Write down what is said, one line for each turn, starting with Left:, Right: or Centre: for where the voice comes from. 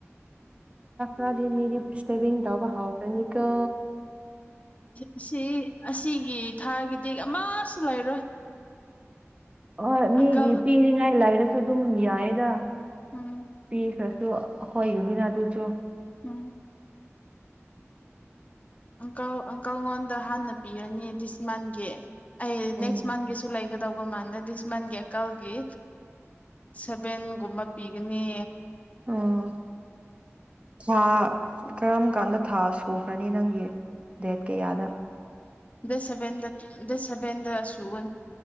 Right: ꯔꯗꯤ ꯃꯗꯤ ꯏꯁꯇꯦꯚꯗꯕ ꯍ ꯀꯅꯤ ꯀ
Left: ꯑꯁꯤ ꯑꯁꯤꯒꯤ ꯊꯥꯒꯤꯗꯤꯛ ꯑꯃꯁꯨ ꯂꯩꯔꯣꯏ
Right: ꯍ ꯃꯤꯒꯤ
Left: ꯑꯪꯀꯜ
Right: ꯄꯤꯅꯤꯡꯉꯥꯏ ꯂꯩꯥꯏꯔꯁꯨ ꯑꯗꯨꯝ ꯌꯥꯏꯗ
Left: ꯎꯝ
Right: ꯄꯤꯈ꯭ꯔꯁꯨ ꯍꯣꯏ ꯌꯅꯤꯅ ꯑꯗꯨꯁꯨ
Left: ꯎꯝ ꯑꯪꯀꯜ ꯑꯪꯀꯜꯉꯣꯟꯗ ꯍꯥꯟꯅ ꯄꯤꯔꯅꯤ ꯗꯤꯁꯃꯥꯟꯒꯤ ꯑꯩ ꯅꯦꯛꯁ
Right: ꯎꯝ
Left: ꯃꯟ ꯦ ꯁꯂꯥꯏꯒꯦ ꯇꯧꯕꯣ ꯃꯥꯟꯗꯗꯤꯁꯃꯥꯟꯒꯦ ꯀꯥꯎꯒꯤ ꯁꯚꯦꯟꯒꯨꯝꯕ ꯄꯤꯒꯅꯤ
Right: ꯎꯝ ꯍꯥ ꯀꯔꯝ ꯀꯥꯟꯗ ꯊꯥ ꯁꯨꯈ꯭ꯔꯅꯤ ꯅꯪꯒꯤ ꯗꯦꯠ ꯀꯌꯥꯗ
Left: ꯗꯁ ꯁꯕꯦꯟꯗ ꯗꯁ ꯁꯕꯦꯟꯗ ꯁꯨꯕ